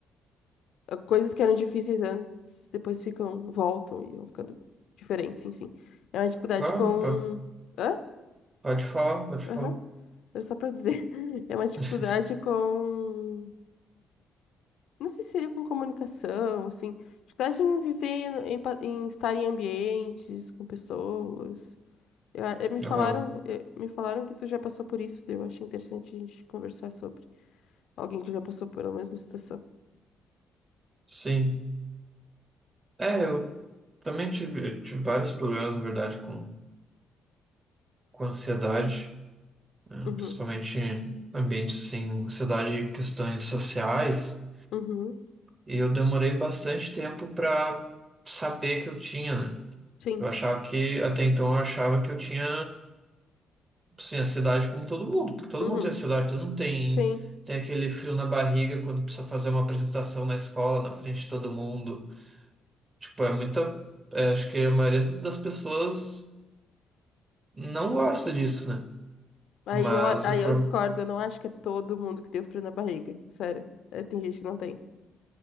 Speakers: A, on the left; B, on the right.
A: ah, Coisas que eram difíceis antes, depois ficam, voltam e vão ficando diferentes, enfim. É uma dificuldade
B: claro,
A: com...
B: pode,
A: Hã?
B: pode falar, pode
A: Aham,
B: falar.
A: Era só pra dizer. <laughs> É uma dificuldade
B: <laughs>
A: com... Não sei se seria com comunicação, assim. Dificuldade em viver, no- em, pa- em estar em ambientes, com pessoas. Eu, eu- me falaram,
B: Aham,
A: eh, me falaram que tu já passou por isso, daí eu achei interessante a gente conversar sobre alguém que já passou pela mesma situação.
B: sim. É, eu também tive, tive vários problemas, na verdade, com, com ansiedade, né?
A: Uhum,
B: Principalmente em ambientes sem ansiedade e questões sociais.
A: uhum,
B: E eu demorei bastante tempo para saber que eu tinha, né?
A: sim,
B: Eu achava que, até então, eu achava que eu tinha. Sim, a cidade como todo mundo, porque todo
A: uhum,
B: mundo tem a cidade, todo mundo tem,
A: sim.
B: tem aquele frio na barriga quando precisa fazer uma apresentação na escola, na frente de todo mundo. Tipo, é muita. é, acho que a maioria das pessoas não gosta disso, né?
A: Aí
B: Mas
A: eu, aí
B: o pro...
A: eu discordo, eu não acho que é todo mundo que tem o frio na barriga, sério. Eh, Tem gente que não tem.